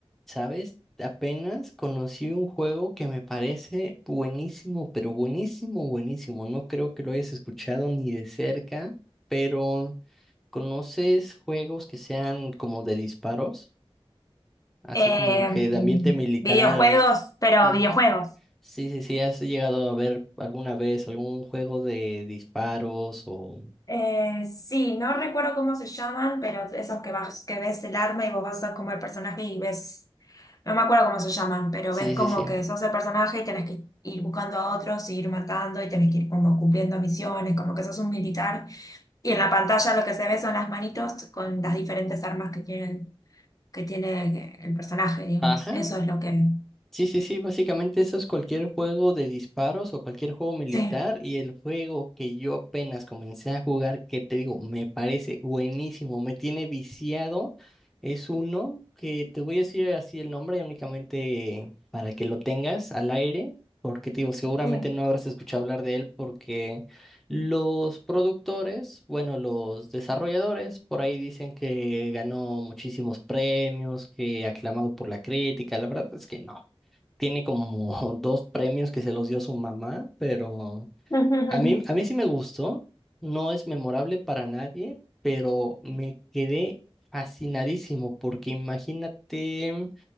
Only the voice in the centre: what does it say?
¿Sabes? Apenas conocí un juego que me parece buenísimo, pero buenísimo, buenísimo. No creo que lo hayas escuchado ni de cerca, pero ¿conoces juegos que sean como de disparos? Así
como que de ambiente militar.
Sí,
sí, sí, sí, ¿has llegado a ver alguna vez algún juego de disparos o...
Sí,
sí, sí.
Ajá.
Sí, sí, sí, básicamente eso es cualquier juego de disparos o cualquier juego militar
y el juego que yo apenas comencé a jugar, que te digo, me parece buenísimo, me tiene viciado, es uno que te voy a decir así el nombre únicamente para que lo tengas al aire, porque te digo, seguramente
no habrás escuchado hablar de él porque los productores, bueno, los desarrolladores por ahí dicen que ganó muchísimos premios, que aclamado por la crítica, la verdad es que no tiene como <laughs> dos premios que se los dio su mamá, pero
a mí, a mí sí me gustó, no es memorable para nadie, pero me quedé fascinadísimo porque imagínate